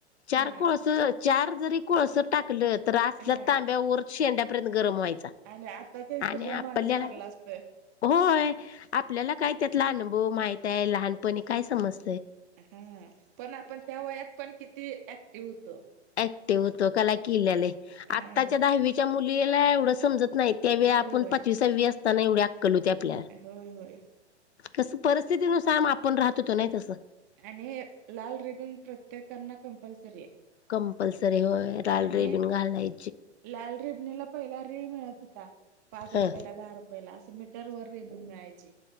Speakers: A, on the left (about 70°); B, on the right (about 15°).
A: चार
B: हा
A: कोळस चार जरी कोळस टाकलं तर असल्या
B: हा
A: तांब्या वर शेंड्यापर्यंत. गरम व्हायचा.
B: आणि आताच्या इत्रीला
A: आणि आपल्याला
B: माग सारलं असतं.
A: होय आपल्याला काय त्यातला अनुभव माहित आहे लहानपणी काय समज.
B: हा पण आपण त्या वयात पण किती ऍक्टिव होतो.
A: व किल्ल्या आता
B: हा
A: दहावीच्या मुलीला एवढं समजत नाही त्या व
B: होय
A: आपण
B: होय
A: पाचवीसावी असताना एवढे आक्कल होते आपल्याला.
B: होय होय
A: कसं परिस्थितीनुसार आपण राहत तो नाही तसं.
B: आणि लाल रिबिन प्रत्येकना कंपल्सरी आहे.
A: कंपल्सरी होय लाल
B: आणि
A: रीबिन घालाय.
B: लाल रिबनीला पहिला रिळ मिळत होता. पाच रुपयाला
A: ह
B: दहा रुपयला असं मीटर वर रिबिन मिळायची